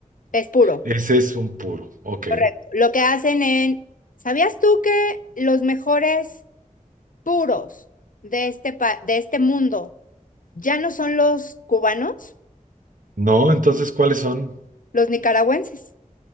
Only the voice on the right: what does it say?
Ese es un puro. Ok.
No, entonces, ¿cuáles son?